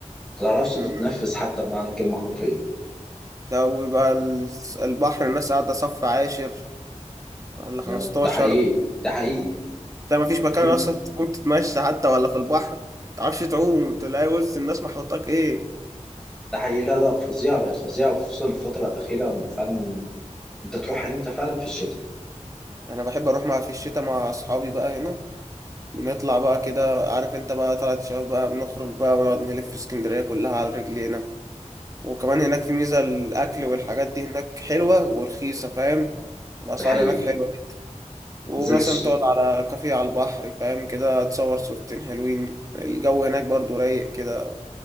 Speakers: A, in the centre; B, on the right (about 25°).
A: تعرفش تتنفس
B: مم.
A: حتى بمعنى الكلمة حرفيا
B: ده ويبقى ال- البحر الناس قاعدة صف عاشر ولا
A: يا-
B: 15
A: ده حقيقي ده حقيقي
B: تلاقي ما فيش مكان
A: في
B: اصلا تقوم تتمشى حتى ولا في البحر ما تعرفش تعوم تلاقي وسط الناس محوطاك ايه
A: ده حقيقي لا لا فظيعة بقت فظيعة وخصوصا الفترة الأخيرة فعلا أنت تروح إمتى فعلا في الشتاء
B: انا بحب اروح مع في الشتاء مع اصحابي بقى هنا بنطلع بقى كده عارف انت بقى طلعت شباب بقى بنخرج بقى ونقعد نلف في اسكندرية كلها على رجلينا وكمان هناك في ميزة الاكل والحاجات دي هناك حلوة ورخيصة فاهم الاسعار
A: ده حقيقي
B: هناك حلوة ومثلا
A: نزلت ش...
B: تقعد على كافيه على البحر فاهم كده تصور صورتين حلوين الجو هناك برضو رايق كده